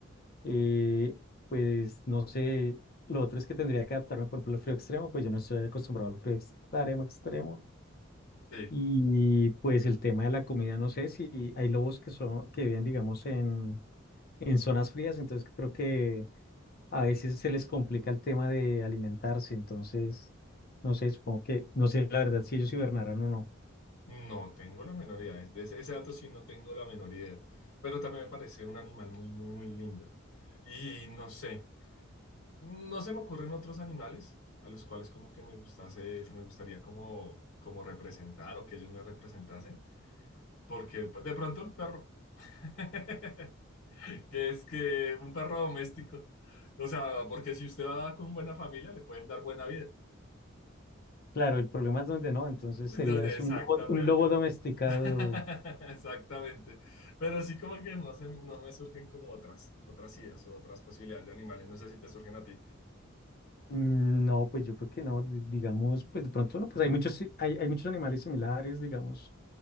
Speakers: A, on the left; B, on the left.
A: Eh, pues no sé, lo otro es que tendría que adaptarme, por ejemplo, al frío extremo, pues yo no estoy acostumbrado al frío extremo, extremo.
B: sí.
A: Y pues el tema de la comida, no sé si hay lobos que son, que viven, digamos, en, en zonas frías, entonces creo que a veces se les complica el tema de alimentarse, entonces, no sé, supongo que, no sé la verdad si ellos hibernaran o no.
B: No tengo la menor idea. De ese, ese dato sí no tengo la menor idea. Pero también me parece un animal muy, muy, muy lindo. Y no sé. No se me ocurren otros animales a los cuales como que me gustase, me gustaría como, como representar o que ellos me representasen, porque pues, de pronto el perro, <laughs> que es que un perro doméstico, o sea, porque si usted va con buena familia le pueden dar buena vida.
A: Claro, el problema es donde no, entonces
B: Entonces,
A: serías
B: exactamente.
A: un lobo, un lobo domesticado.
B: <laughs> Exactamente. Pero sí como que no, se, no me surgen como otras, otras ideas o otras posibilidades de animales. No sé si te surgen a ti.
A: Mm, No, pues yo creo que no, di- digamos, pues de pronto no, pues hay muchos, si- hay, hay muchos animales similares, digamos,